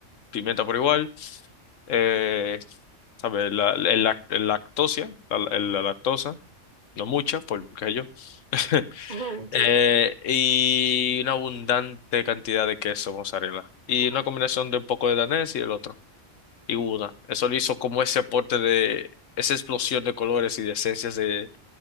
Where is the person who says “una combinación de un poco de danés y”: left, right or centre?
Left